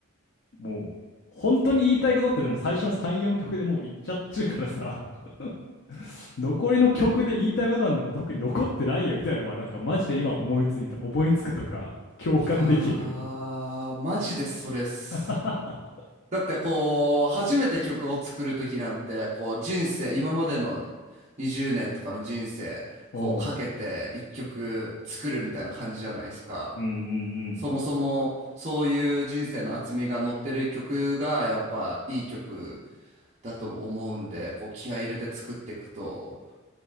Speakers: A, on the left; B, on the right.
A: もう、本当に言いたいことってでも最初の3、4曲でもう言っちゃってるからさ、<laughs> 残りの曲で言いたいことなんでも特に残ってないよみたいなのは、なんかマジで今思いついた。思いつくとか、共感できる。
B: いやーマジでそれっす
A: <laughs>
B: だってこう初めて曲を作る時なんてこう人生今までの20年とかの人生こうかけて一曲作るみたいな感じじゃないですか
A: おう。うんうんうん。
B: そもそもそういう人生の厚みが乗ってる曲がやっぱいい曲だと思うんで、こう気合い入れて作っていくと、